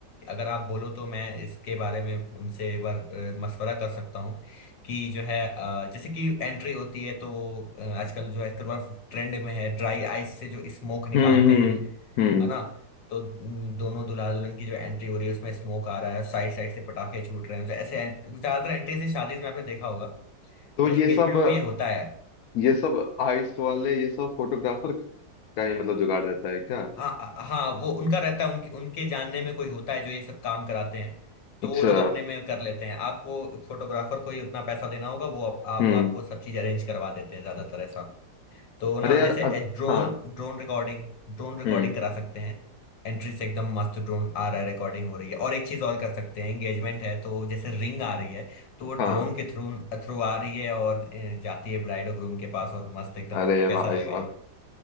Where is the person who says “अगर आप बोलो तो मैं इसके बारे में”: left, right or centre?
Left